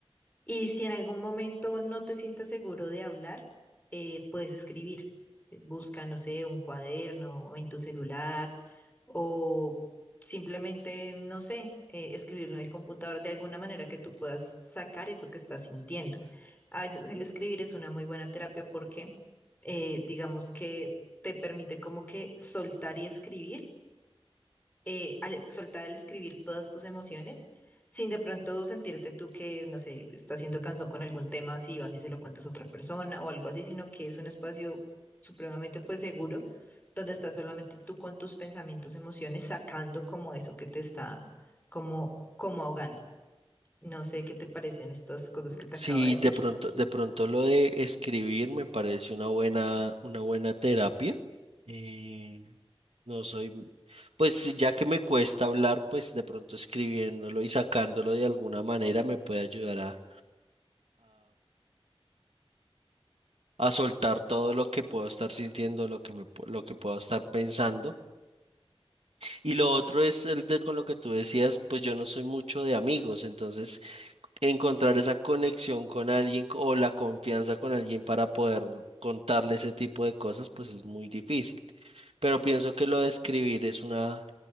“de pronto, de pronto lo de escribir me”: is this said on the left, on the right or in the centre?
Right